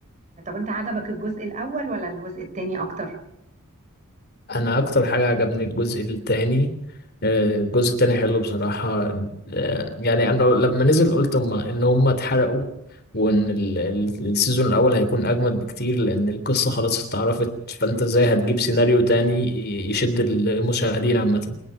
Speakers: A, on the right; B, on the left.
A: طب أنت عجبك الجزء الأول ولا الجزء التاني أكتر؟
B: انا اكتر حاجه عجبني الجزء التاني آه، الجزء التاني حلو بصراحه آه، يعني انا لما نزل قلت هم ان هم اتحرقوا وان ال- ال- السيزون الاول هيكون اجمد بكتير لان القصه خلاص اتعرفت فانت ازاي هتجيب سيناريو تاني ي- يشد المشاهدين عامه